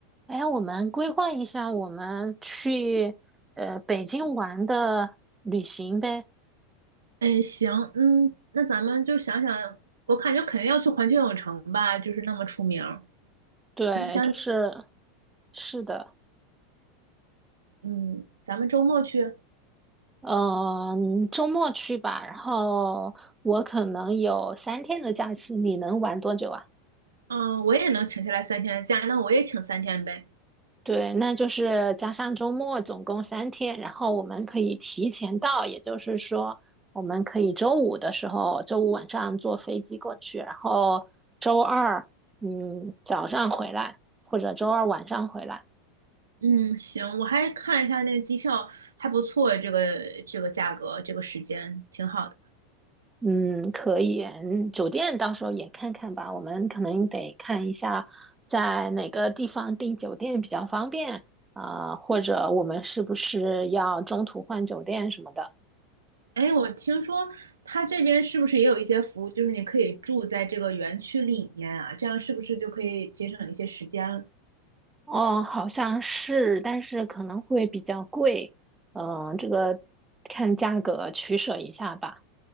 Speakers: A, on the right (about 15°); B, on the right (about 80°).
A: 哎呀我们规划一下我们去呃北京玩的旅行呗。
B: 哎，行，嗯，那咱们就想想，我感觉肯定要去环球影城吧，就是那么出名儿。
A: 对，
B: 你想，
A: 就是是的，
B: 嗯，咱们周末去，
A: 嗯，周末去吧。然后我可能有三天的假期，你能玩多久啊？
B: 嗯，我也能请下来三天的假，那我也请三天呗。
A: 对，那就是加上周末，总共三天。然后我们可以提前到，也就是说，我们可以周五的时候，周五晚上坐飞机过去，然后周二，嗯，早上回来，或者周二晚上回来。
B: 嗯，行，我还看了一下那个机票，还不错，这个这个价格，这个时间挺好的。
A: 嗯，可以。嗯酒店到时候也看看吧，我们可能得看一下在哪个地方订酒店比较方便啊，或者我们是不是要中途换酒店什么的。
B: 哎，我听说他这边是不是也有一些服务，就是你可以住在这个园区里面啊，这样是不是就可以节省一些时间？
A: 哦，好像是，但是可能会比较贵，嗯、这个看价格取舍一下吧。